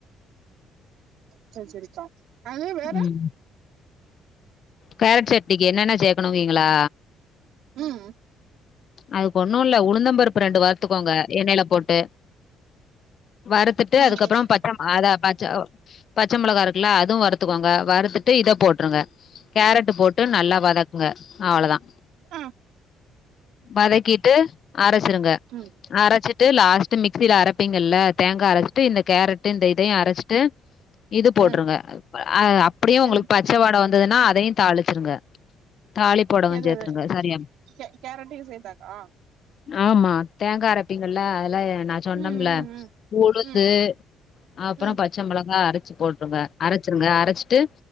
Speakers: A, on the right; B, on the left.
A: செரி செரிக்கா அது வேற
B: ம் கேரட் சடனிக்கு என்னென்ன சேக்கணு வீங்களா
A: ம்
B: அதுக்கு ஒண்ணுல்ல உளுந்தம்பருப்பு ரெண்டு வரத்துக்கோங்க எண்ணெயில போட்டு வறுத்துட்டு
A: ம்
B: அதுக்கப்புறோ பச்சை அத பச்ச பச்ச மொளகா இருக்குள்ள அது வறுத்துக்கோங்க வறுத்துட்டு இத போட்டுருங்க கேரட் போட்டு நல்லா வதக்குங்க அவ்ளோதா
A: ஆ
B: வதக்கிட்டு அரைச்சிருங்க
A: ம்
B: அரைச்சிட்டு லாஸ்ட் மிக்சியில அரைப்பிங்கல்ல தேங்காய் அரைச்சிட்டு இந்த கேரட்டு் இந்த இதையு அரைச்சிட்டு இது போட்டருங்க
A: ஆ
B: அப்டியு உங்களுக்கு
A: எது
B: பச்ச வாட வந்ததுன்னா அதையு தாளிச்சுருங்க தாளி போடவ
A: எது
B: சேத்துருங்க
A: எது
B: சரியம்
A: கே கேரட்டையு சேத்தாக்கா
B: ஆமா தேங்காய் அரைப்பீங்கல்ல அதெல்லா நா சொன்னேம்ல
A: ம் ம் ம்
B: உளுந்து
A: ம்
B: அப்புறோ
A: ம்
B: பச்ச மொளகா அரைச்சு போட்டுருங்க அரைச் சுறுங்க அரைச்சிட்டு